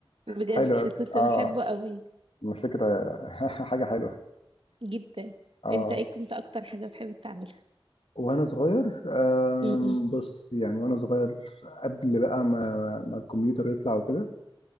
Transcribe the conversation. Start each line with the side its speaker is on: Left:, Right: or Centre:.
Right: بجد
Left: حلو أوي. فاكر
Right: كنت
Left: اه
Right: بحبه قوي
Left: ما فكره <laughs> حاجه حلوه
Right: جدا
Left: اه
Right: انت ايه كنت اكتر حاجه بتحب تعملها
Left: وانا صغير آم،
Right: امم
Left: بص يعني وانا صغير قبل بقى ما ما الكمبيوتر يطلع وكده